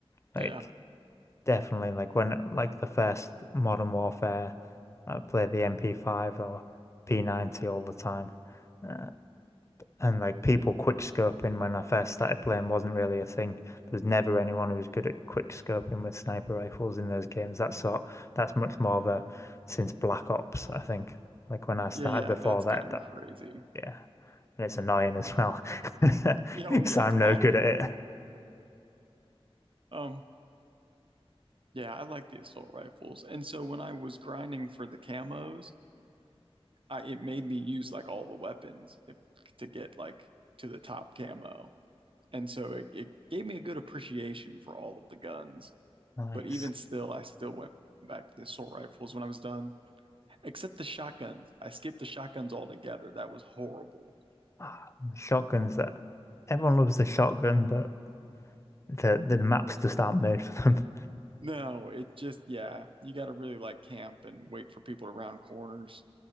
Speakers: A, on the left (about 30°); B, on the right (about 60°).
A: Like
B: Yeah.
A: definitely like when like the first Modern Warfare I played the MP5 or P90 all the time. Uh, and like people quick scoping when I first started playing wasn't really a thing. There's never anyone who was good at quick scoping with sniper rifles in those games. That's sort that's much more of a since Black Ops, I think. Like when I started
B: Yeah, yeah,
A: before
B: that's
A: that
B: gotten
A: that
B: crazy.
A: yeah. And it's annoying as well. <laughs>
B: Yeah,
A: Because
B: oh yeah,
A: I'm
B: it's awful.
A: no good at it.
B: Um Yeah, I like the assault rifles. And so when I was grinding for the camos, I it made me use like all the weapons if, to get like to the top camo. And so it, it gave me a good appreciation for all of the guns.
A: Nice.
B: But even still, I still went back to the assault rifles when I was done, except the shotguns. I skipped the shotguns altogether. That was horrible.
A: Ah, the Shotguns that everyone loves the shotgun, but the the maps just aren't made for them. <laughs>
B: No, it just, yeah, you got to really like camp and wait for people to round corners.